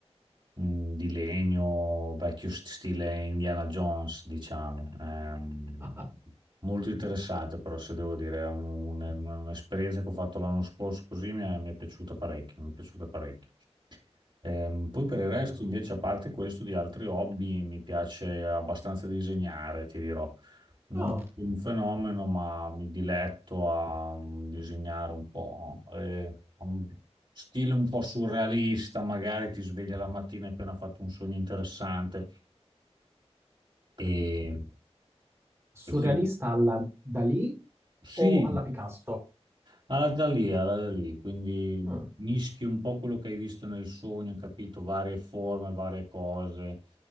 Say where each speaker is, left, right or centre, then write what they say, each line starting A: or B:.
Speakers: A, on the right (about 45°); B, on the right (about 25°).
A: mh, di legno, vecchio st- stile Indiana Jones, diciamo. Ehm,
B: <laughs>
A: molto interessante, però, se devo dire, è un- è un- un'esperienza che ho fatto l'anno scorso, così mi è, mi è piaciuta parecchio, mi è piaciuta parecchio. Ehm, poi per
B: Bello.
A: il resto, invece, a parte questo, di altri hobby, mi piace abbastanza disegnare, ti dirò. Non
B: Oh,
A: sono un fenomeno, ma mi diletto a mm, disegnare un po'. eh, un stile un po' surrealista, magari ti sveglia la mattina e hai appena fatto un sogno interessante. E,
B: surrealista
A: e quindi
B: alla Dalì
A: sì,
B: o alla Picasso?
A: alla da lì, alla da lì. Quindi
B: Mm.
A: mischi un po' quello che hai visto nel sogno, capito? Varie forme, varie cose.